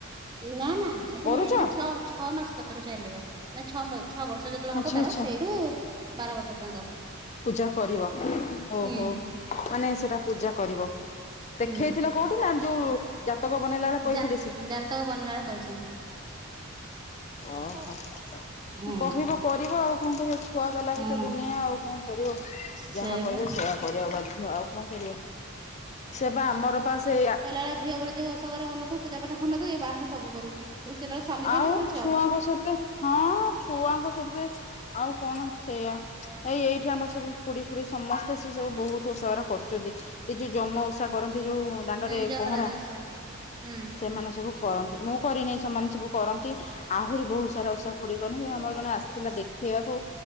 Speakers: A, on the right; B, on the left.
A: ନା ନା ଆଜି
B: କରୁଛ
A: ନାଇଁ ଏ ମାନେ ଛଅ ଛଅ ମାସ କତରୁ ଚାଲିବ ନା ଛଅ ମା ଛଅ ବର୍ଷ ଯେତେବେଳେ
B: ଆଚ୍ଛା
A: ହବ ତାର
B: ଆଚ୍ଛା
A: ସେଇଠୁ ବାର ବର୍ଷ ପର୍ଯ୍ୟନ୍ତ।
B: ପୂଜା କରିବ। ଓହୋ
A: ହୁଁ।
B: ମାନେ ସେଇଟା ପୂଜା କରିବ ଦେଖେଇଥିଲ
A: ହୁଁ
B: କୋଉଠି ନା ଯୋଉ ଜାତକ ବନେଇଲା ବେଳେ କହିଥିଲେ
A: ଜା
B: ସେ
A: ଜାତକ ବନିଲାବେଳେ କହିଚନ୍ତି।
B: ଓହୋ
A: ହଁ ହୁଁ।
B: କହିବ କରିବ ଆଉ କଣ କରିବ ଛୁଆକ ଲାଗିତ
A: ହୁଁ
B: ଦୁନିଆ ଆଉ କଣ କରିବ
A: ସେ
B: ଯାହା କହିବେ
A: ବା
B: ସେଇଆ କରିବାକୁ ବାଧ୍ଯ ଆଉ କଣ କରିବ ସେ ବା ଆମର ପା ସେ
A: ସେ କହିଲା ଭଳିଆ ଝିଆ ବେଳେ ଯଉ ଓଷା ବାର କରନଥିବୁ ପୂଜା ପାଠ କରନଥିବୁ ଏଇ ବାହାହେନେ ସବୁ କରିବୁ କେତେବେଳେ ସ୍ଵାମୀ ପାଇଁତ
B: ଆଉ
A: କେତେବେଳେ ଛୁ
B: ଛୁଆଙ୍କ ସତେ ହଁ ଛୁଆଙ୍କ ସତେ ଆଉ କଣ ସେଇଆ। ଏଇ ଏଇଠି ଆମର ସବୁ ଖୁଡ଼ି ଫୁଡି ସମସ୍ତେ ସେ ସବୁ ବହୁତ୍ ଓଷା ବାର କରୁଚନ୍ତି ଏ ଯୋଉ ଜମ ଓଷା କରନ୍ତି ଯୋଉ ଦାଣ୍ଡରେ
A: ହୁଁ ଯମରାଜ
B: ପହଁରା
A: ଓଷା ହୁଁ।
B: ସେମାନେ ସବୁ
A: ହୁଁ
B: କରନ୍ତି ମୁଁ କରିନି ସେମାନେ ସବୁ କରନ୍ତି ଆହୁରି ବହୁତ୍ ସାରା ଓଷା ଖୁଡ଼ି କରନ୍ତି,
A: ହୁଁ
B: ଆମର ଜଣେ ଆସିଥିଲା ଦେଖେଇବାକୁ